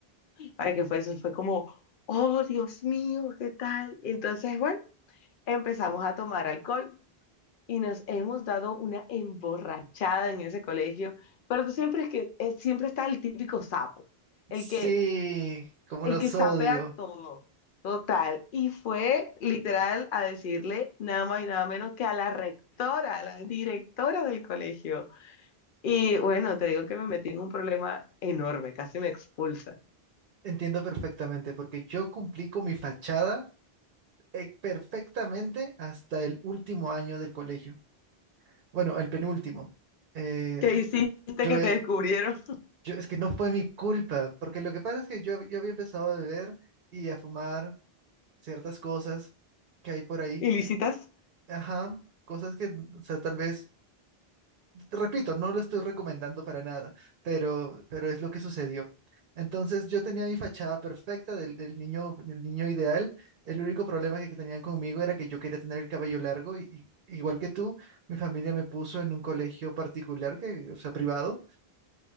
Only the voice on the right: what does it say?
sí,
como
los
odio.
Entiendo perfectamente, porque yo cumplí con mi fachada eh, perfectamente hasta el último año del colegio. Bueno, el penúltimo. Eh,
yo
he-
Yo, es que no fue mi culpa, porque lo que pasa es que yo, yo había empezado a beber y a fumar ciertas cosas que hay por ahí.
Ajá, cosas que, o sea, tal vez, te repito, no lo estoy recomendando para nada, pero, pero es lo que sucedió. Entonces yo tenía mi fachada perfecta del, del niño, del niño ideal. El único problema que, que tenían conmigo era que yo quería tener el cabello largo y, y igual que tú, mi familia me puso en un colegio particular, que, o sea, privado